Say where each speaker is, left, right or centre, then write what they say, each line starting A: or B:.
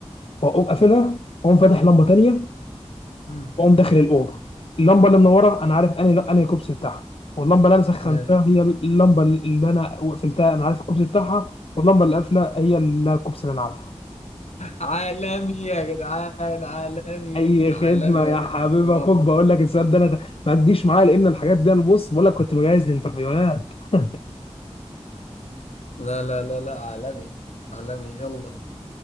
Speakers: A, on the left; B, on the left.
A: واقوم قافلها واقوم فاتح لمبه تانية
B: مم.
A: واقوم داخل الاوضه اللمبه اللي منوره انا عارف انهي انهي كوبس بتاعها واللمبه اللي انا سخنتها
B: ماشي
A: هي اللمبه اللي انا وقفلتها انا عارف الكوبس بتاعها واللمبه اللي قافله هي الكوبس اللي انا عارفه
B: عالمي يا جدعان عالمي
A: اي
B: عالمي
A: خدمه يا حبيب
B: والله
A: اخوك
B: العظيم
A: بقول لك السؤال ده انا ده ما تجيش معايا لان الحاجات دي انا بص بقول لك كنت بجهز الانترفيوهات <laughs>
B: لا لا لا لا عالمي عالمي يلا